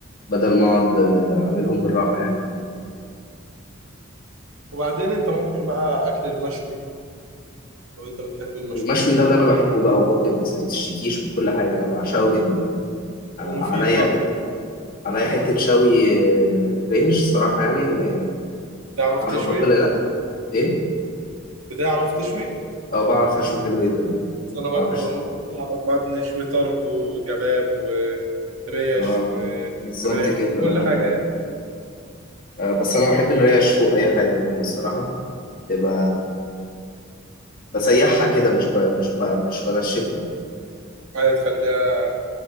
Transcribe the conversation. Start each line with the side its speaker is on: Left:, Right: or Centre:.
Left: بدل ما اقعد آه، اعملهم بالراحة يعني
Right: وبعدين انت ممكن بقى اكل المشوي لو انت بتحب المشويات
Left: المشوي ده اللي انا بحبه بقى وبطني ما بتشتكيش وكل حاجة انا بعشقه جدا آه،
Right: ومفيد
Left: عليا
Right: برضه
Left: حتة عليا حتة شوي آه، ريش الصراحة يعني آه،
Right: تعرف
Left: انا
Right: تشوي
Left: بطبل الاكل ايه
Right: بتعرف تشوي؟
Left: اه بعرف اشوي حلو جدا
Right: بس انا برضه
Left: بعرف اشوي
Right: بعرف بقى بنشوي طرب وكباب وريش
Left: اه
Right: وفراخ
Left: بالظبط كده
Right: وكل
Left: آه،
Right: حاجة يعني
Left: آه، بس انا بحب الريش فوق اي حاجة منهم الصراحة تبقى بسيحها كده مش ب... مش ب... مش بنشفها
Right: حاجة تخليها